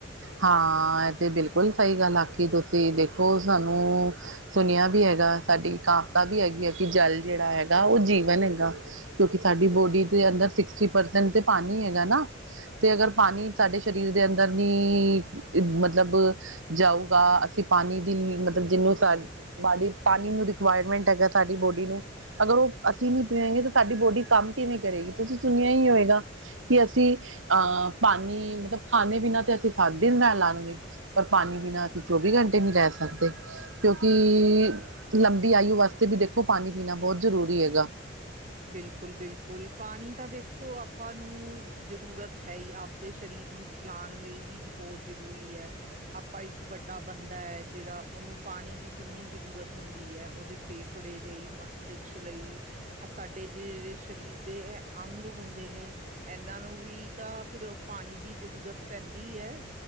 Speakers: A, on the right; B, on the right.
A: ਹਾਂ, ਏ ਤੇ ਬਿਲਕੁਲ ਸਹੀ ਗੱਲ ਆਖੀ ਤੁਸੀਂ ਦੇਖੋ ਸਾਨੂੰ ਸੁਣਿਆ ਵੀ ਹੈਗਾ, ਸਾਡੀ ਕਾਵਿਤਾ ਵੀ ਹੈਗੀ ਹੈ, ਕਿ ਜਲ ਜੇੜਾ ਹੈਗਾ ਓ ਜੀਵਨ ਹੈਗਾ। ਕਿਓਂਕਿ, ਸਾਡੀ ਬੋਡੀ ਦੇ ਅੰਦਰ ਸਿਕਸਟੀ ਪਰਸੈਂਟ ਤੇ ਪਾਨੀ ਹੈਗੈ ਨਾ। ਤੇ ਅਗਰ ਪਾਨੀ ਸਾਡੇ ਸ਼ਰੀਰ ਦੇ ਅੰਦਰ ਨੀ ਕੀ ਮਤਲਬ ਜਾਊਗਾ ਅਸੀਂ ਪਾਣੀ ਦੀ ਮਤਲਬ ਜਿਨੂੰ ਸਾ ਸਾਡੀ ਪਾਣੀ ਨੂੰ ਰਿਕੁਆਯਰਮੈਂਟ ਹੈਗਾ ਸਾਡੀ ਬੋਡੀ ਨੂੰ ਅਗਰ ਓ ਅਸੀਂ ਨੀ ਪੀਂਗੇ ਤਾਂ ਸਾਡੀ ਬੋਡੀ ਕੰਮ ਕਿਵੇਂ ਕਰੇਗੀ ਤੁਸੀਂ ਸੁਣਿਆ ਈ ਹੋਏਗਾ। ਕਿ ਅਸੀਂ ਅਹ ਪਾਣੀ ਮਤਲਬ ਖਾਣੇ ਪੀਨਾ ਤੇ ਅਸੀਂ ਸੱਤ ਦਿਨ ਰੈਲਾ ਗੇ ਪਰ ਪਾਣੀ ਬਿਨਾਂ ਅਸੀਂ ਚੌਵੀ ਘੰਟੇ ਨੀ ਰੈ ਸਕਦੇ। ਕਿਉਂਕਿ
B: ਬਿਲਕੁਲ
A: ਲੰਬੀ ਆਯੂ ਵਾਸਤੇ ਵੀ ਦੇਖੋ ਪਾਣੀ ਪੀਣਾ ਬਹੁਤ ਜ਼ਰੂਰੀ ਹੈਗਾ।
B: ਬਿਲਕੁਲ-ਬਿਲਕੁਲ ਪਾਣੀ ਤਾਂ ਦੇਖੋ ਆਪਾਂ ਨੂੰ ਜਰੂਰਤ ਹੈ ਆਪਦੇ ਸਰੀਰ ਨੂੰ ਚਲਾਣ ਲਈ ਵੀ ਬੋਤ ਜ਼ਰੂਰੀ ਐ। ਆਪਾਂ ਇੱਕ ਵੱਡਾ ਬੰਦਾ ਐ ਜੇੜਾ ਉਹਨੂੰ ਪਾਣੀ ਦੀ ਕਿੰਨੀ ਜ਼ਰੂਰਤ ਹੁੰਦੀ ਐ ਉਹਦੇ ਫੇਫੜੇ ਲਈ ਮਸਤਿਸ਼ਕ ਲਈ ਸਾਡੇ ਜੇੜੇ ਸਰੀਰ ਦੇ ਅੰਗ ਹੁੰਦੇ ਨੇ। ਇਹਨਾਂ ਨੂੰ ਵੀ ਤਾਂ ਫਿਰ ਪਾਣੀ ਦੀ ਜ਼ਰੂਰਤ ਪੈਂਦੀ ਐ।